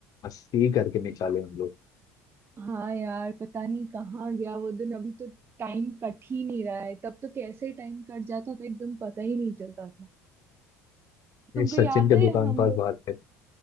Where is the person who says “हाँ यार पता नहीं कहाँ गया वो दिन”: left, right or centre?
Right